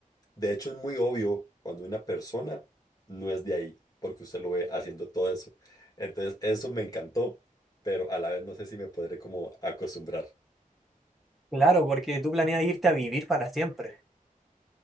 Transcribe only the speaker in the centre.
Claro, porque tú planeas irte a vivir para siempre.